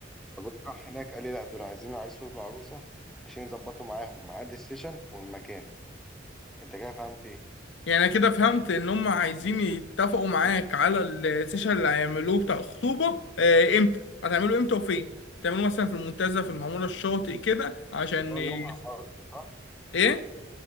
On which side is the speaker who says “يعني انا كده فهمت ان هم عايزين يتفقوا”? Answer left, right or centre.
Left